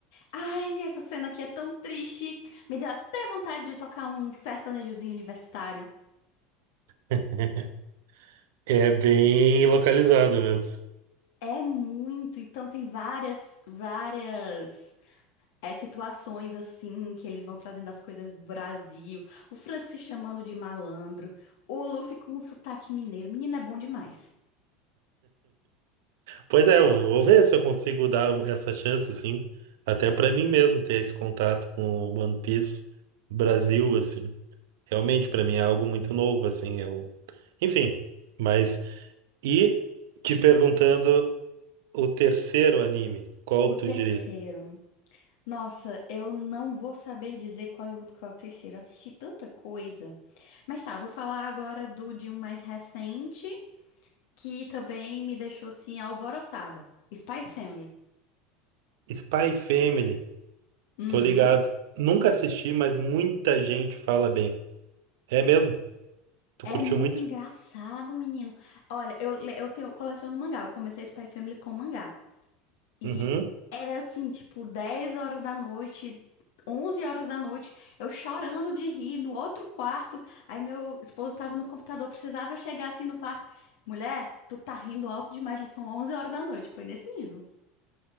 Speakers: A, on the left; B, on the right.
A: Ai, essa cena aqui é tão triste. Me deu até vontade de tocar um sertanejozinho universitário.
B: <laughs> É bem localizado mesmo.
A: É muito, então tem várias, várias é, situações assim que eles vão trazendo as coisas do Brasil. O Frank se chamando de malandro, o Luffy com um sotaque mineiro. Menina, é bom demais.
B: Pois é, eu vou ver se eu consigo dar um, essa chance, assim, até pra mim mesmo ter esse contato com One Piece Brasil, assim. Realmente, pra mim é algo muito novo, assim, eu... Enfim, mas... E te perguntando o terceiro anime, qual
A: O
B: tu
A: terceiro.
B: diria?
A: Nossa, eu não vou saber dizer qual é o, qual é o terceiro. Eu assisti tanta coisa. Mas tá, eu vou falar agora do de um mais recente que também me deixou assim alvoroçada. Spy Family.
B: Spy Family,
A: Uhum.
B: tô ligado. Nunca assisti, mas muita gente fala bem. É mesmo? Tu
A: É
B: curtiu
A: muito
B: muito?
A: engraçado, menino. Olha, eu, le- eu tenho, eu coleciono mangá. Eu comecei Spy Family com mangá. E
B: Uhum.
A: era assim, tipo, 10 horas da noite, 11 horas da noite, eu chorando de rir no outro quarto. Aí meu esposo tava no computador, precisava chegar assim no quarto. Mulher, tu tá rindo alto demais, já são 11 horas da noite. Foi nesse nível.